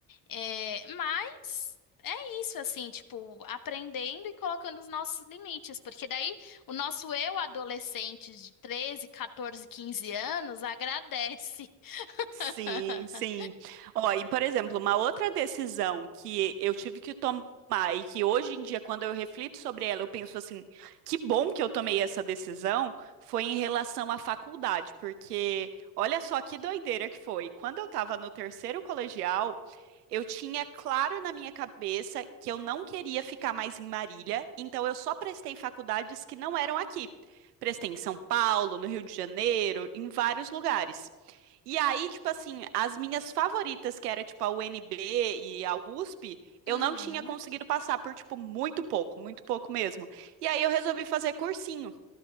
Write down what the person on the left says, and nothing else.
É, mas é isso, assim, tipo, aprendendo e colocando os nossos limites, porque daí o nosso eu adolescente de 13 14, 15 anos agradece. <laughs>
Uhum,